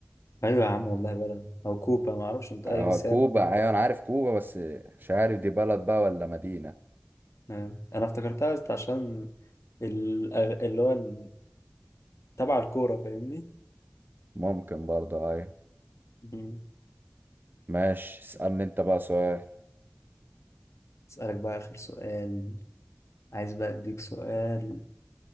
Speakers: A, on the left; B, on the right.
A: ايوه يا عم والله بلد او كوبا ما اعرفش انت
B: آه
A: اي بس
B: كوبا
A: هي كوبا
B: أيوة أنا عارف كوبا بس مش عارف دي بلد بقى ولا مدينة
A: أيوة. انا افتكرتها بس عشان الأغ... اللي هو ال- تبع الكورة فاهمني
B: ممكن برضه أيوة
A: مم.
B: ماشي اسألني انت بقى سؤال
A: اسألك بقى آخر سؤال عايز بقى أديك سؤال